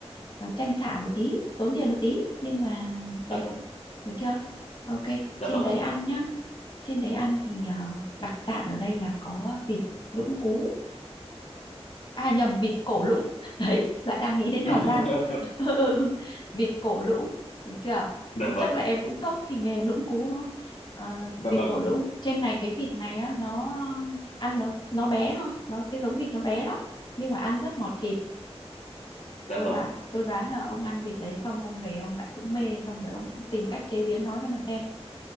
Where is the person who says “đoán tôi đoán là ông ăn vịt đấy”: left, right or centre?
Left